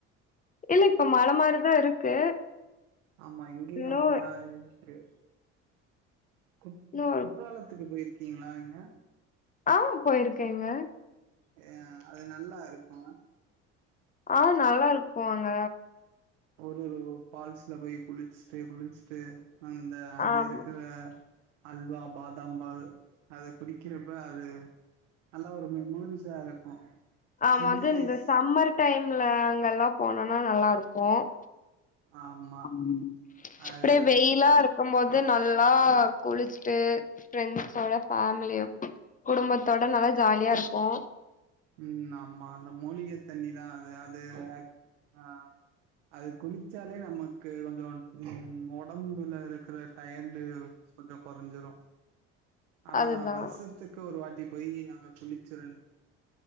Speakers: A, on the left (about 25°); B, on the right (about 80°).
A: இல்ல இப்ப மழ மாரிதா இருக்கு
B: ஆமா இங்கயு
A: இன்னு
B: அப்டித்தா இருக்கு குற்
A: இன்னு
B: குற்றாலத்துக்கு போய்ருக்கீங்களா நீங்க
A: ஆ போய்ருக்கேங்க
B: ஏ அது நல்லாருக்கு
A: ஆ நல்லா இருக்கு அங்க
B: ஒரு ஒரு பால்ஸ்ல போய் குளிச்சுட்டு குளிச்சுட்டு அ ந்த அங்க
A: ஆம்
B: இருக்குற அல்வா பாதாம் பால் அது குடிக்கிறப்ப அது நல்லா ஒரு மெமோரிஸா இருக்கு
A: ஆமா
B: சின்ன
A: அது
B: வயசு
A: இந்த சம்மர் டைம்ல அங்கலா போனோனா நல்லாருக்கு
B: ஆமா
A: அப்டியே
B: அது
A: வெய்யிலாரு க்கு போது நல்லா குளிச்சுட்டு ஃபிரெண்ட்ஸோட ஃபேமிலியு குடும்பத்தோட நல்லா ஜாலியாருக்கு
B: ம் ஆமா அந்த மூலிக தண்ணி தா அது அது ஆ அது குளிச்சாலே நமக்கு கொஞ்சோ ம் ஒடம்புல இருக்குற டயர்டு கொஞ்சோ கொறஞ்சிடு ஆனா
A: அதுதா
B: வர்ஷத்துக்கு ஒரு வாட்டி போய் அங்க குளிச்சிருன்னு